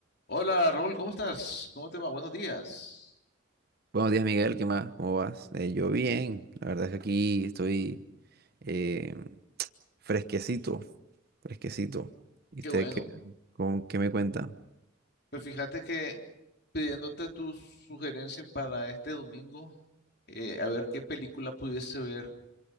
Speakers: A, on the left (about 55°); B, on the right (about 50°).
A: Hola Raúl, ¿cómo estás? ¿Cómo te va? Buenos días.
B: Buenos días, Miguel, ¿qué más? ¿Cómo vas? Eh, yo bien, la verdad es que aquí estoy eh, fresquecito, fresquecito. ¿Y
A: Qué
B: usted
A: bueno.
B: qué, con, qué me cuenta?
A: Pues fíjate que pidiéndote tus sugerencias para este domingo, eh, a ver qué película pudiese ver.